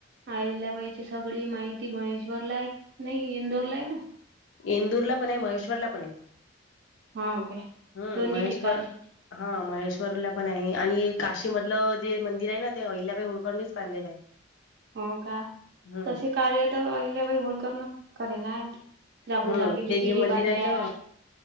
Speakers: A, on the right; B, on the left.
A: आहिल्याबाईची सगळी माहिती महेश्वरला आहे नाही इंदोरला आहे ना?
B: इंदूरला पण आहे महेश्वरला पण आहे.
A: हा काय
B: हम्म
A: दोन्ही
B: महेश्वर
A: ठिकाणी.
B: हा महेश्वरला पण आहे आणि काशीमधलं जे मंदिर आहे ना ते अहिल्याबाई होळकरनीच बांधलेलं आहे.
A: हो का
B: हम्म
A: तसे कार्यतर अहिल्याबाई होळकरन कराेण्यात हेत जागोजागी
B: हम्म ते
A: विहिरी
B: जे मंदिर
A: बांधल्या.
B: आहे ना